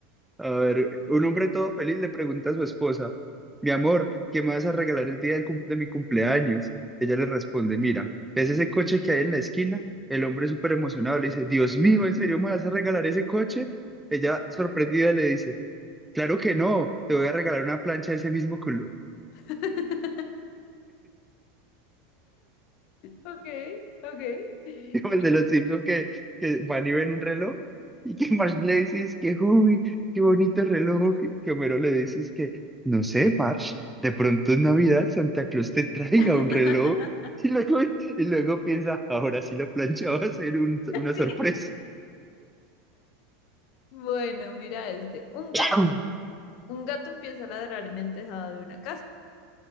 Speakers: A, in the centre; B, on the left (about 55°).
A: A ver, un hombre todo feliz le pregunta a su esposa, mi amor, ¿qué me vas a regalar el día del cum- de mi cumpleaños? Ella le responde, mira, ¿ves ese coche que hay en la esquina? El hombre súper emocionado le dice, Dios mío, ¿en serio me vas a regalar ese coche? Ella sorprendida le dice, claro que no, te voy a regalar una plancha de ese mismo color.
B: <laughs> Ok, ok.
A: <laughs> Como
B: ¿Qué-
A: el de los Simpsons que, que van y ven un reloj y que <laughs> Marge le dice es que, uy, qué bonito reloj. Y que Homero le dice es que, no sé, Marge, de pronto en Navidad Santa Claus te traiga
B: <laughs>
A: un reloj. <laughs> Y luego, y luego piensa, ahora sí la plancha va a ser un- una
B: Sí.
A: sorpresa.
B: Bueno, mira este. Un gato
A: ¡Chao!
B: Un gato empieza a ladrar en el tejado de una casa.